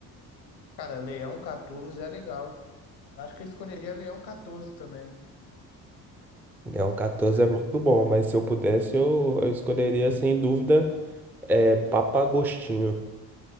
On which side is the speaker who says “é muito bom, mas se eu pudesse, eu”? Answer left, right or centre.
Centre